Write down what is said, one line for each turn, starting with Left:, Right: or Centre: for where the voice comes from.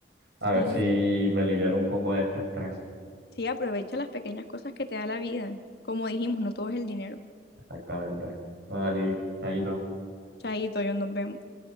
Right: a
Left: Sí,
Right: ver si me libero un poco de este estrés.
Left: sí, aprovecha las pequeñas cosas que te da la vida. Como dijimos, no todo es el dinero.
Right: Exactamente. Vale, Chaito.
Left: Chaito, yo nos vemos.